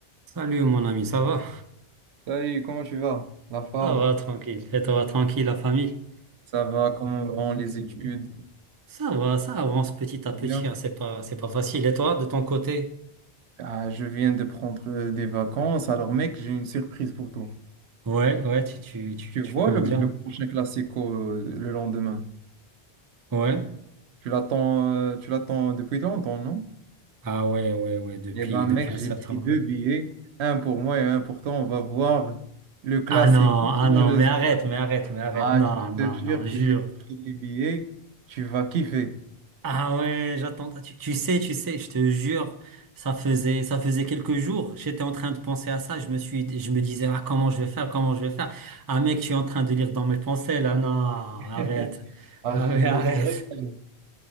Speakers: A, on the right; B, on the right.
A: Salut mon ami, ça va?
B: Salut, comment tu vas? La forme?
A: Ça va, tranquille. Et toi, tranquille, la famille?
B: Ça va, comment vont les études?
A: Ça va, ça avance petit à
B: Bien.
A: petit, hein, C'est pas, c'est pas facile. Et toi, de ton côté?
B: Ah, je viens de prendre euh, des vacances, alors mec, j'ai une surprise pour toi.
A: Ouais, ouais, tu, tu, tu,
B: Tu
A: tu
B: vois
A: peux
B: le,
A: me dire.
B: le prochain classico euh, le lendemain?
A: Ouais.
B: Tu l'attends, euh, tu l'attends depuis longtemps, non?
A: Ah ouais, ouais, ouais, depuis,
B: Eh ben
A: depuis
B: mec,
A: un
B: j'ai
A: certain
B: pris
A: moment.
B: deux billets, un pour moi et un pour toi. On va voir le classico
A: Ah non, ah
B: dans
A: non,
B: le
A: mais
B: stade.
A: arrête, mais arrête, mais arrête.
B: Ah,
A: Non,
B: je
A: non,
B: te jure
A: non, jure.
B: que j'ai pris les billets, tu vas kiffer.
A: Ah ouais, j'attends. Ah, Tu, tu sais, tu sais, je te jure, ça faisait, ça faisait quelques jours. J'étais en train de penser à ça. Je me suis, je me disais, ah, comment je vais faire, comment je vais faire. Ah mec, tu es en train de lire dans mes pensées là. Non, arrête.
B: <laughs> Ah,
A: Ah
B: je
A: mais
B: je
A: arrête.
B: vais te régaler.